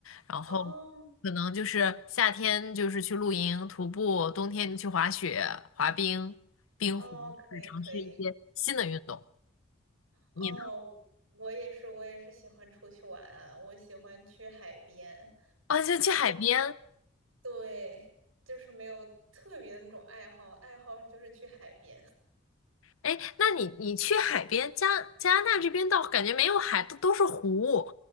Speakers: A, on the left (about 85°); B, on the right (about 80°).
A: 然后
B: 哦
A: 可能就是夏天就是去露营、徒步，冬天就去滑雪、滑冰、冰壶，
B: 哦，可以可以，
A: 就是尝试一些新的运动。
B: 哦，
A: 你呢？
B: 我也是，我也是喜欢出去玩啊我喜欢去海边，
A: 啊，就去海边。
B: 对，就是没有特别的那种爱好，爱好就是去海边
A: 哎，那你你去海边，加加拿大这边倒感觉没有海，都都是湖，